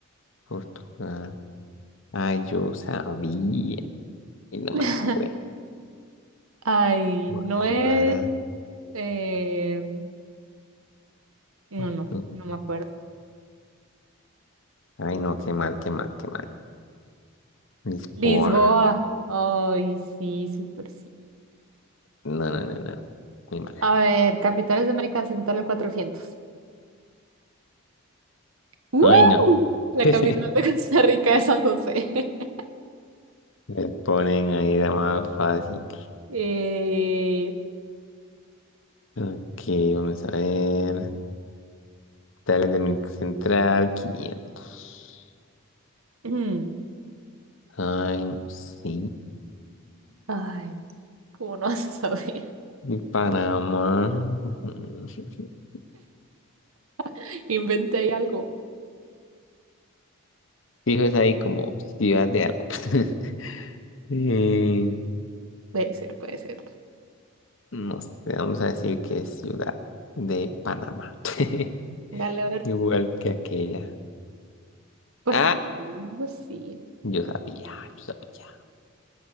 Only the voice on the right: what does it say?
<laughs>
Ay,
no es. eh, no,
no, no me acuerdo.
Lisboa. Ay, sí, súper sí.
A ver, capitales de América Central el 400. ¡Uh!
La
capital de Costa Rica es San José. <laughs>
Eh,
<clears throat> mm,
ay, ¿cómo no vas a saber?
<laughs> Inventé ahí algo.
Puede ser, puede ser.
Dale, a ver.
Pues
sí, pues sí.